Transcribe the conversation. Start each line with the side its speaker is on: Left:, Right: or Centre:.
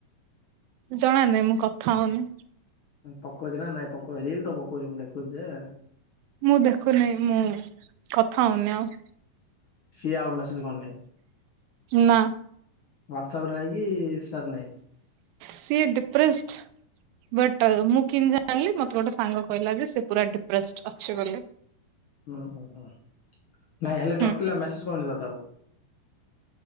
Right: ଜଣା ନାଇଁ ମୁଁ କଥା ହଉନି।
Left: ପକଉଚି ନା ନାଇଁ ପକ ରିଲ ତ ପକଉଛି ମୁଁ ଦେଖୁଛି ଯେ
Right: ମୁଁ ଦେଖୁନି ମୁଁ କଥା ହଉନି ଆଉ
Left: ସିଏ ଆଉ ମେସେଜ କରୁନି
Right: ନା।
Left: ହ୍ୱାଟ୍ ସପ ରେ ନାହିଁ କି ଇନଷ୍ଟା ନାହିଁ।
Right: ସିଏ ଡିପ୍ରେସ୍ଡ ବଟ୍ ମୁଁ କେମତି ଜାଣିଲି ମତେ ଗୋଟେ ସାଙ୍ଗ କହିଲା ଯେ ସେ ପୁରା ଡିପ୍ରେଷ୍ଟ ଅଛି ବୋଲି
Left: ହୁଁ ହୁଁ ହୁଁ ନାଇଁ ହେଲେ
Right: ହୁଁ
Left: ଟୋଟାଲେ ମେସେଜ କରୁନି ତତେ ଆଉ।